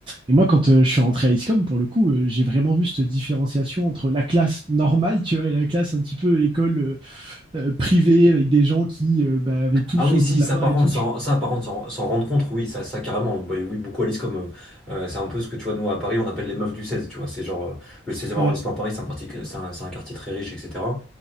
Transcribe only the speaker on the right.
Et moi, quand euh, je suis rentré à ISCOM, pour le coup, euh, j'ai vraiment vu cette différenciation entre la classe normale, tu vois, et la classe un petit peu école euh, euh, privée avec des gens qui euh, bah, avaient tout
sur
le
bout de la
main
et
tout,
tu
vois.
Ouais,